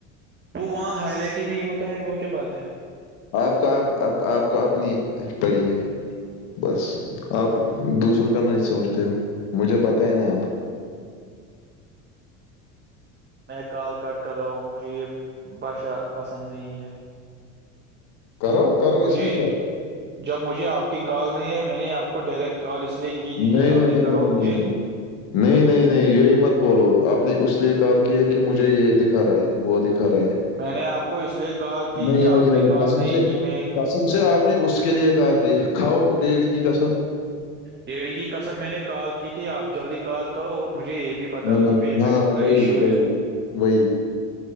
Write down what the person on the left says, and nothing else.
آپ کو آپ آپ کو اپنی پڑی ہے بس آپ دوسروں کا نہیں سوچتے ہو مجھے پتا ہے نا آپ
کرو کرو
اس میں کیا
نہیں
نہیں
نہیں
نہیں نہیں نہیں نہیں نہیں یہی مت بولو آپ نے اس لیے کال کیا کہ مجھے یہ دکھا رہا ہے وہ دکھا رہا ہے
نہیں
نہیں
قسم
سے
قسم سے آپ نے اس کے لیے کار کی کھاؤ ڈیری کی قسم
ہاں
ہاں
وہی
وہی
وہی